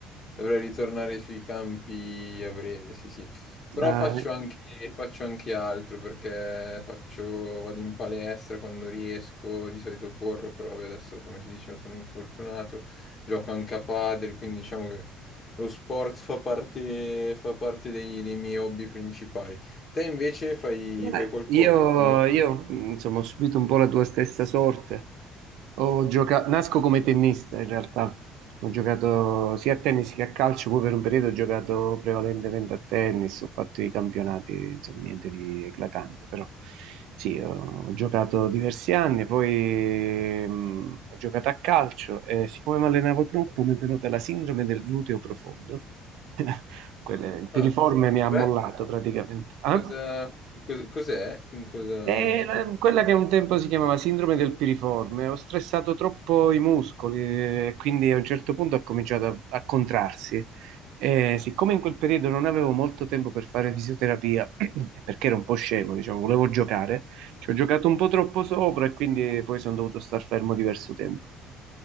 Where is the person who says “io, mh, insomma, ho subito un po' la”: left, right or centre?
Right